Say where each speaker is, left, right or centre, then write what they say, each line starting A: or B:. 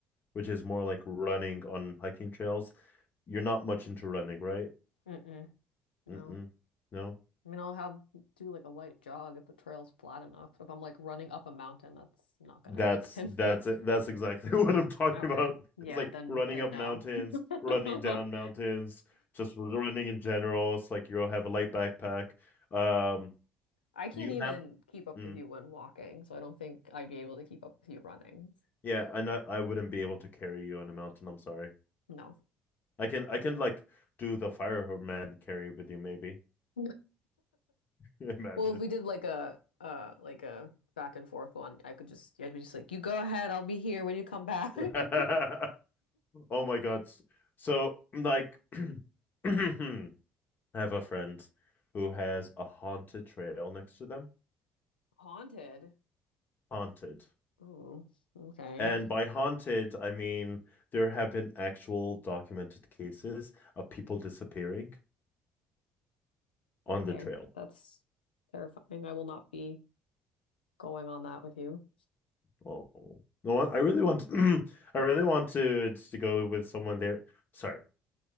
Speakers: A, on the left (about 40°); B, on the left (about 80°).
A: which is more like running on hiking trails. You're not much into running, right?
B: Mm-mm, no.
A: Mm-mm. No.
B: I mean, I'll have do like a light jog if the trail's flat enough. But if I'm like running up a mountain, that's not gonna
A: That's
B: happen.
A: that's it.
B: <laughs>
A: That's exactly <laughs> what I'm talking
B: Okay.
A: about.
B: Yeah,
A: It's like
B: then
A: running
B: then
A: up
B: no.
A: mountains,
B: <laughs>
A: running down mountains, just running in general. It's like you'll have a light backpack. Um,
B: I can't
A: you
B: even
A: have,
B: keep up
A: mm,
B: with you when walking, so I don't think I'd be able to keep up with you running.
A: yeah, I know I wouldn't be able to carry you on a mountain. I'm sorry.
B: No.
A: I can I can like do the fireman carry with you maybe.
B: <laughs>
A: <laughs> Imagine.
B: Well, if we did like a uh like a back and forth one, I could just I'd be just like, you go ahead, I'll be here when you come back.
A: <laughs>
B: <laughs>
A: Oh my God. S- So like, <clears throat> I have a friend who has a haunted trail next to them.
B: Haunted.
A: Haunted.
B: Ooh, okay.
A: And by haunted, I mean there have been actual documented cases of people disappearing on
B: Okay.
A: the trail.
B: That's terrifying. I will not be going on that with you.
A: Oh, no, I really want to, <clears throat> I really wanted to to go with someone there. Sorry,